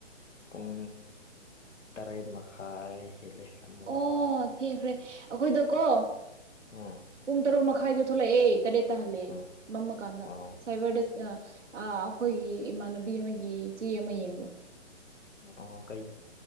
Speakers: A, on the left; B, on the right.
A: ꯄꯨꯡ ꯇꯔꯦꯠ ꯃꯈꯥꯏ ꯍꯦꯜꯂꯦ ꯍꯟꯕꯗꯣ
B: ꯑꯣ ꯊꯦꯡꯈ꯭ꯔꯦ ꯑꯩꯈꯣꯏꯗꯣ ꯀꯣ
A: ꯎꯝ
B: ꯄꯨꯡ ꯇꯔꯨꯛ ꯃꯈꯥꯏꯗ ꯊꯣꯛꯂꯛꯑꯦ ꯇꯔꯦꯠꯇ ꯍꯜꯂꯦ
A: ꯎꯝ
B: ꯃꯝꯃ ꯀꯥꯟꯗ
A: ꯑꯣ
B: ꯁꯥꯏꯕꯔꯗ ꯑꯥ ꯑꯩꯈꯣꯏꯒꯤ ꯏꯃꯥꯟꯅꯕꯤ ꯑꯃꯒꯤ ꯆꯦ ꯑꯃ ꯌꯦꯡꯕ
A: ꯑꯣ ꯀꯩ